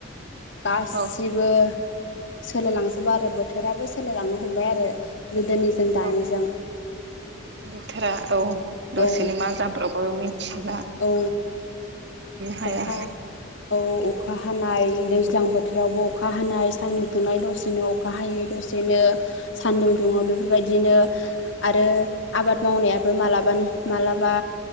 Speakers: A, on the left; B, on the right.
A: गासिबो
B: औ
A: सोलायलांजोबो आरो बो थोराबो सोलायलांनो हमबाय आरो गोदोनिजों दानिजों
B: औ बोथोरा औ दसेनि
A: औ
B: मा जाब्र'बो मिन्थि
A: औ
B: हाया
A: अखा औ अखा हानाय दैज्लां बोथोरावबो अखा हानाय सानदुं दुंनाय दसेनो अखा हायो दसेनो सानदुं दुङो बेफोरबायदिनो आरो आबाद मावनाया बो मालाबानि मालाबा